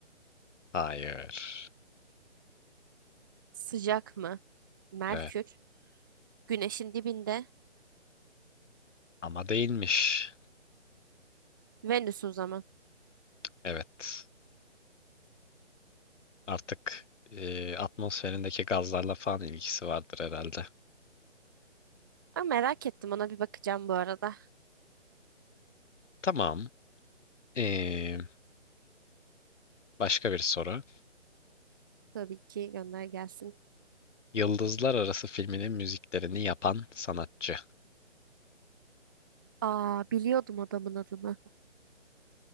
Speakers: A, on the left; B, on the right.
A: Hayır.
B: sıcak mı? Merkür
A: Evet
B: güneşin dibinde
A: ama değilmiş.
B: Venüs o zaman.
A: Evet. Artık e, atmosferindeki gazlarla falan ilgisi vardır herhalde.
B: Aa, merak ettim ona bir bakacağım bu arada.
A: Tamam. E, başka bir soru.
B: Tabii ki gönder gelsin.
A: Yıldızlar Arası filminin müziklerini yapan sanatçı.
B: Aa biliyordum adamın adını.